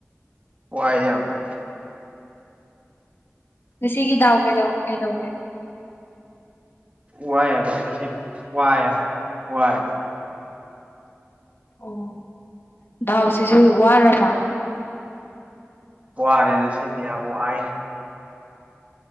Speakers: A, on the right; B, on the left.
A: ꯋꯥꯏꯗ ꯌꯥꯝꯅ
B: ꯉꯁꯤꯒꯤ ꯗꯥꯎ ꯀꯩꯗꯧ ꯀꯩꯗꯧꯒꯦ
A: ꯋꯥꯏ ꯍꯥꯏꯕ ꯉꯁꯤꯗꯤ ꯋꯥꯏ ꯍꯥꯏꯕ ꯋꯥꯥꯔꯦ ꯍꯥꯏꯕ
B: ꯑꯣ ꯗꯥꯎꯁꯤꯁꯨ ꯋꯥꯔꯕ
A: ꯋꯥꯔꯦ ꯉꯁꯤꯗꯤ ꯌꯥꯝ ꯋꯥꯔ‌ꯦ